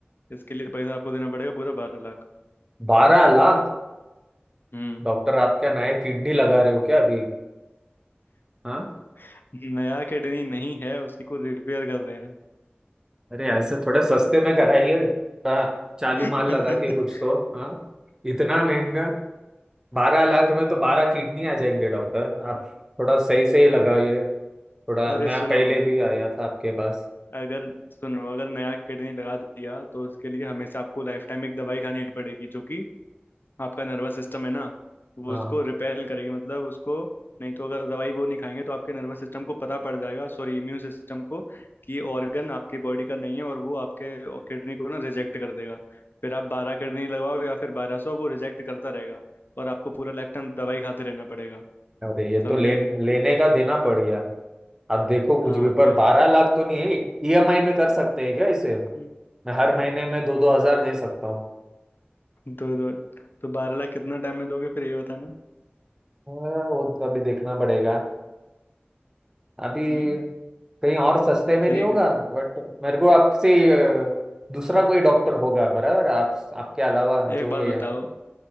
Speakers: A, on the left (about 60°); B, on the right (about 15°).
A: इसके लिए पैसा आपको देना पड़ेगा पूरा बारह लाख
B: बारह लाख
A: हम्म
B: डॉक्टर आप क्या नए किडनी लगा रहे हो क्या अभी हाँ
A: <laughs> नया किडनी नहीं है उसी को रिपेयर कर रहे हैं।
B: अरे ऐसे थोड़ा सस्ते में कराइए थोड़ा चालू
A: <laughs>
B: माल लगा के कुछ तो हाँ इतना महंगा बारह लाख में तो बारह किडनी आ जाएंगे डॉक्टर आप थोड़ा सही सही लगाइए थोड़ा
A: अरे
B: मैं
A: सुनो
B: पहले भी आया था आपके पास
A: अगर सुनो अगर नया किडनी लगा दिया तो उसके लिए हमेशा आपको लाइफ टाइम एक दवाई खानी पड़ेगी जो कि आपका नर्वस सिस्टम है ना वो
B: हाँ
A: उसको रिपेल करेगी मतलब उसको नहीं तो अगर दवाई वो नहीं खाएंगे तो आपके नर्वस सिस्टम को पता पड़ जाएगा सॉरी इम्यून सिस्टम को कि ऑर्गन आपके बॉडी का नहीं है और वो आपके किडनी को ना रिजेक्ट कर देगा फिर आप बारह किडनी लगवाओ या फिर बारह सौ वो रिजेक्ट करता रहेगा और आपको पूरा लाइफ टाइम दवाई खाते रहना पड़ेगा
B: अरे ये
A: समझे
B: तो ले, लेने का देना पड़ गया आप देखो
A: हाँ
B: कुछ भी पर
A: तो
B: बारह लाख तो नहीं है ईएमआई में कर सकते हैं क्या इसे
A: हम्म,
B: मैं हर महीने में दो दो हजार दे सकता हूँ
A: दो दो तो बारह लाख कितना टाइम में दोगे फिर ये बताना
B: हाँ, वो तो अभी देखना पड़ेगा अभी
A: हम्म
B: कहीं और सस्ते में
A: ठीक
B: नहीं होगा बट मेरे को आपसे अ, दूसरा कोई डॉक्टर होगा बराबर आप आपके अलावा
A: है एक
B: जो
A: बात
B: ये
A: बताओ
B: है